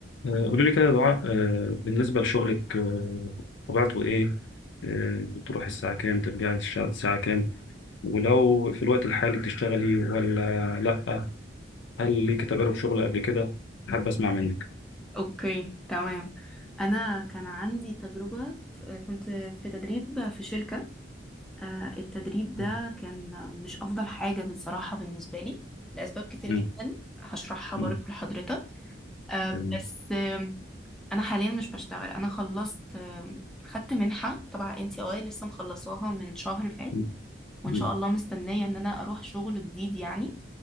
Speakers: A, on the left; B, in the centre.
A: آه، قولي لي كده يا دعاء آه، بالنسبة لشغلك آه، طبيعته إيه؟ آه، بتروحي الساعة كام؟ ترجعي الش- الساعة كام؟ ولو في الوقت الحالي بتشتغلي ولا لأ؟ هل ليك تجارب شغل قبل كده؟ حابب أسمع منك.
B: اوكي تمام انا كان عندي تجربة آه، كنت في تدريب في شركة آه، التدريب ده
A: مم،
B: كان آه، مش افضل حاجة بصراحة بالنسبة لي لاسباب كتير
A: مم،
B: جدا هشرحها
A: مم،
B: برضو لحضرتك آه،
A: تمام.
B: بس آم، انا حاليا مش بشتغل انا خلصت آم، خدت منحة تبع ان تي اي لسه مخلصاها من شهر فات
A: مم،
B: وان
A: مم،
B: شاء الله مستنية ان انا اروح شغل جديد يعني